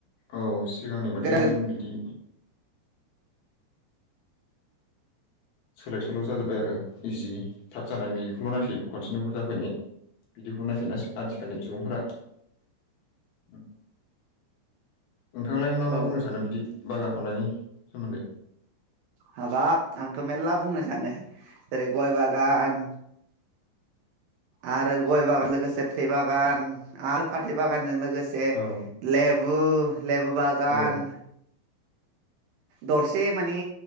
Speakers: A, on the left (about 65°); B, on the right (about 70°).
A: औ सिगांनि बादै
B: गोदान गोदान
A: बिदि सोलाय सोल' जाजोब्बाय आरो इजि थाब जानाय बेखौल' नायसै खनसेनो बुरजा फैनाय बिदिखौ नायसिनाै आथिखालनि सुबुंफ्रा उम नोंथांलाय मा मा
B: औ
A: बुंनो सानो बिदि बागान खालामनायनि सोमोन्दै।
B: हाबाब आंथ मेरला बुंनो सानो जेरै गय बागान। आरो गय बागान लोगोसे फाथै बागान आरो फाथै बागानजों लोगोसे ज
A: औ
B: लेबु लेबु बागान।
A: औ
B: दरसे माने